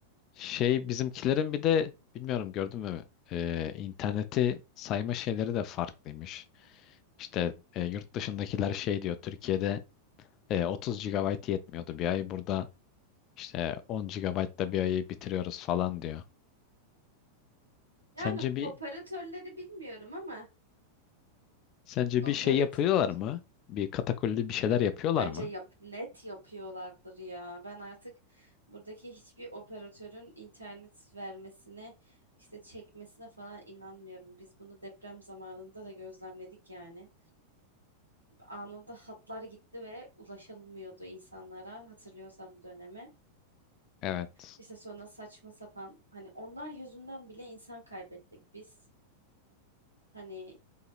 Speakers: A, on the left; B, on the right.
A: şey bizimkilerin bir de bilmiyorum gördün mü? E, interneti sayma şeyleri de farklıymış. İşte e, yurt dışındakiler şey diyor Türkiye'de e, 30 gigabayt yetmiyordu bir ay burada işte 10 GB da bir ayı bitiriyoruz falan diyor.
B: Yani
A: Sence bir
B: operatörleri bilmiyorum ama
A: sence
B: operatörler
A: bir şey yapıyorlar mı? Bir katakulli bir şeyler
B: yap,
A: yapıyorlar
B: bence
A: mı?
B: yap, net yapıyorlardır ya. Ben artık buradaki hiçbir operatörün internet vermesine işte çekmesine falan inanmıyorum. Biz bunu deprem zamanında da gözlemledik yani. Anında hatlar gitti ve ulaşılmıyordu insanlara hatırlıyorsan döneme.
A: Evet.
B: İşte sonra saçma sapan hani onlar yüzünden bile insan kaybettik biz. Hani